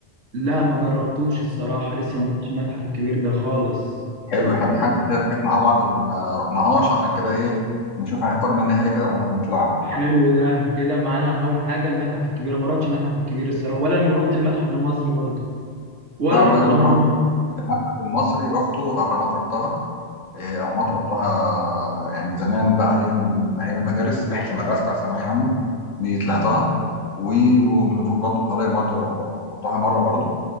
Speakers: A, on the right; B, on the left.
A: لا ما جربتوش الصراحه لسه ما رحتش المتحف الكبير ده خالص
B: حلو احنا بنحدد كده حاجات مع بعض اللي ما رحناهاش عشان كده ايه نشوف هنختار منها ايه كده ون- ونطلعها
A: حلو ده كده معانا اول حاجه المتحف الكبير أنا ما رحتش المتحف الكبير الصراحه ولا رحت المتحف المصري برضو ولا
B: لا عندنا
A: رحت الاهرامات
B: الم- المتحف المصري رحته والاهرامات رحتها إيه، الاهرامات رحتها يعني زمان بقى ايام ايام المدارس رحله المدرسه بتاع ثانويه عامه دي طلعتها و- ومن فوق برضه من قريه برضه رحتها مره برضه